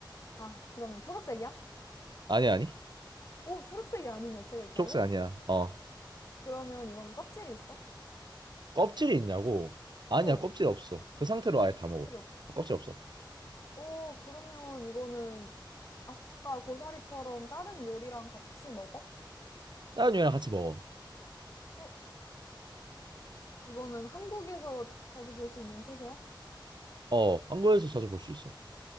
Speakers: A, on the left; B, on the right.
A: 아, 그러면 초록색이야?
B: 아니 아니,
A: 오, 초록색이 아닌 야채가 있다고?
B: 초록색 아니야. 어,
A: 그러면 이거는 껍질이 있어?
B: 껍질이 있냐고? 아니야,
A: 어,
B: 껍질 없어. 그 상태로 아예 다 먹어.
A: 껍질이 없어.
B: 어, 껍질 없어.
A: 오, 그러면 이거는 아까 고사리처럼 다른 요리랑 같이 먹어?
B: 다른 유랑 같이 먹어.
A: 어, 이거는 한국에서 자주 볼 수 있는 채소야?
B: 어, 한국에서 자주 볼 수 있어.